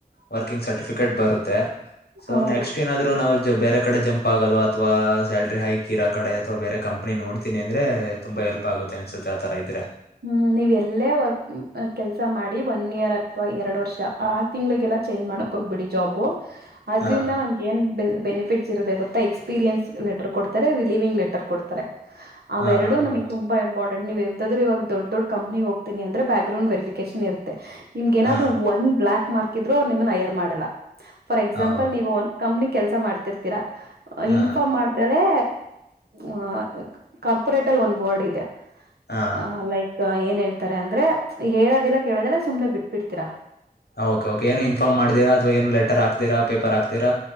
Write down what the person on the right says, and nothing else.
ಹೌದು
ಹ್ಮ್ ನೀವ್ ಎಲ್ಲೇ ವರ್ಕ್ ಕೆಲ್ಸ ಮಾಡಿ ಬಿಡಿ ಒನ್ ಇಯರ್ ಅಥ್ವಾ ಎರಡು ವರ್ಷ ಆ ತಿಂಗ್ಗಳಿಗೆಲ್ಲ ಚೇಂಜ್ ಮಾಡಕ ಹೋಗ್ಬ ಬಿಡಿ ಜಾಬು ಅದ್ರಿಂದ
ನಮ್ಗ್ ಏನ್ ಬೆಲ್ ಬೆನಿಫ್ ಫಿಟ್ಸ್ ಇರುತ್ತೆ ಗೊತ್ತಾ ಎಕ್ಸಪೀರಿಯನ್ಸ್ ಲೆಟರ್ ಕೊಡ್ತಾರೆ ರಿಲೀವಿಂಗ್ ಲೆಟರ್ ಕೊಡ್ತಾರೆ ಅವೆರ್ಡೂ
ನಮಿಗ್ ತುಂಬಾ ಇಂಪಾರ್ಟ್ <unintelligible> ನೀವ್ ಯಾವತ್ತಾದ್ರೂ ಇವಾಗ ದೊಡ್ ದೊಡ್ ಕಂಪ್ನಿಗ್ ಹೋಗ್ತೀನಿ ಅಂದ್ರೆ ಬ್ಯಾಕ್ ಗ್ರೌಂಡ್ ವೆರಿಫಿಕೇಶನ್ ಇರತ್ತೆ ನಿಮ್ಗ್ ಏನಾದ್ರೂ
ಒಂದ್ ಬ್ಲಾಕ್ ಮಾರ್ಕ್ ಕಿದ್ರೆ ಅವ್ರ್ ನಿಮ್ಮನ್ ಅಯರ್ ಮಾಡಲ್ಲ. ಫಾರ್ ಎಕ್ಸಾಂಪಲ್
ನೀವು ಒಂದ್ ಕಂಪ್ನಿಗ್ ಕೆಲ್ಸ ಮಾಡ್ತಿರ್ತಿರ ಅ
ಇನ್ಫಾರ್ಮ್ ಮಾಡ್ದೆಲ್ <unintelligible> ಅ ಕಾರ್ಪೊರೇಟಲ್ ಒಂದ್ ವರ್ಡ್ ಇದೆ
ಆ ಲೈಕ್ ಏನ್ ಹೇಳ್ತಾರೆ ಅಂದ್ರೆ ಹೇಳೋದಿಲ್ಲ ಕೇಳದಿಲ್ಲ ಸುಮ್ನೆ ಬಿಟ್ಬಿಡ್ತೀರ.